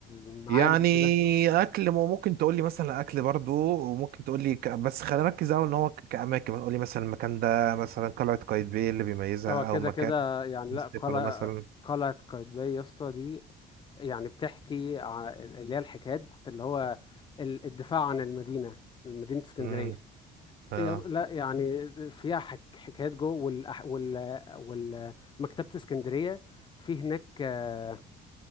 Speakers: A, on the left; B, on the right.
A: معالم
B: يعني
A: كده
B: اكل مو- ممكن تقول لي مثلا اكل برضو وممكن تقول لي ك... بس خلينا نركز قوي ان هو ك- كاماكن تقول لي مثلا المكان ده مثلا قلعه قايتباي إيه اللي بيميزها
A: هو كده
B: او مكان
A: كده يعني لا
B: ستيفانو
A: قلعة
B: مثلا
A: قلعة قايتباي يا اسطى دي يعني بتحكي ع- اللي هي الحكايات اللي هو ال- الدفاع عن المدينة مدينة اسكندرية
B: امم اه
A: يا- لا يعني فيها حك حكايات جوه والأح... وال... وال... مكتبة اسكندرية في هناك آه،